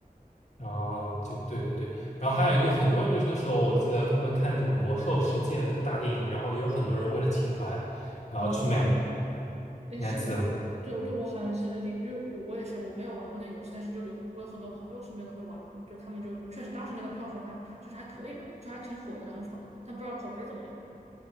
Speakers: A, on the left; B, on the right.
A: 哦，这个对对对，然后还有有很多人就是那时候我记得他们看那个魔兽世界那个大电影，然后也有很多人为了情怀，然后去买，
B: 哦，
A: 你
B: 哎，是的，
A: 还记得吗？
B: 是的，对，对，我好像记得那个电影，因为我我也是我没有玩过那个游戏，但是就有我有很多朋友身边都会玩嘛，就他们就确实当时那个票房还就是还可以吧，就还挺火的，然后炒的，但不知道口碑怎么样。